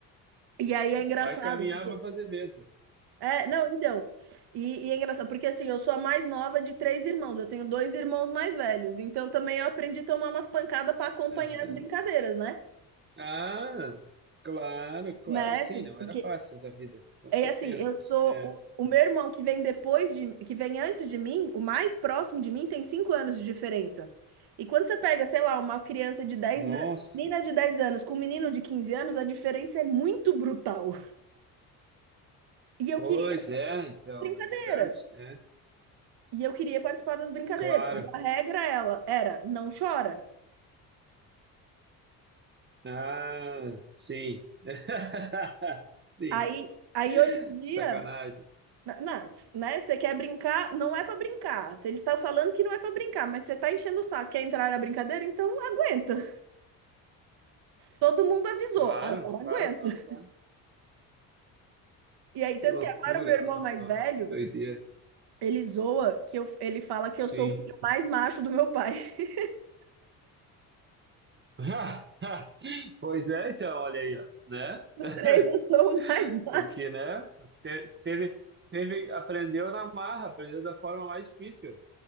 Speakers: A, on the right; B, on the right.
A: E aí é engraçado,
B: Vai caminhar
A: porque...
B: para fazer vento.
A: É, não, então, e, e é engraçado, porque assim, eu sou a mais nova de três irmãos, eu tenho dois irmãos mais velhos, então também eu aprendi a tomar umas pancadas para acompanhar
B: Aham.
A: as brincadeiras, né?
B: Ah, claro, claro.
A: Né?
B: Sim,
A: Tipo,
B: não
A: Porque
B: era fácil da vida, com
A: É
B: certeza.
A: assim, eu sou
B: É.
A: o, o meu irmão que vem depois de, que vem antes de mim, o mais próximo de mim tem cinco anos de diferença. E quando você pega, sei lá, uma criança de dez
B: Nossa,
A: anos, menina de 10 anos com um menino de 15 anos, a diferença é muito brutal. E eu
B: pois
A: queria
B: é, então,
A: as brincadeiras.
B: é verdade. É.
A: E eu queria participar das brincadeiras.
B: Claro.
A: A regra ela era, não chora.
B: Ah, sim. <laughs> Sim.
A: Aí, aí hoje em
B: Sacanagem.
A: dia, na- na- né, você quer brincar, não é pra brincar. Se eles estão falando que não é pra brincar, mas você tá enchendo o saco, quer entrar na brincadeira, então aguenta. Todo mundo avisou,
B: Claro,
A: agora
B: claro,
A: aguenta.
B: claro, claro.
A: E aí, tanto
B: Que loucura,
A: que agora o meu irmão
B: olha
A: mais
B: só,
A: velho,
B: que doideira.
A: ele zoa que eu, ele fala que eu sou
B: Sim.
A: o filho mais macho do meu pai. <laughs>
B: <laughs> Pois é, então, olha aí, ó, né?
A: Os
B: <laughs>
A: três eu sou o mais macho.
B: Porque, né? te- Teve, teve, aprendeu na marra, aprendeu da forma mais difícil,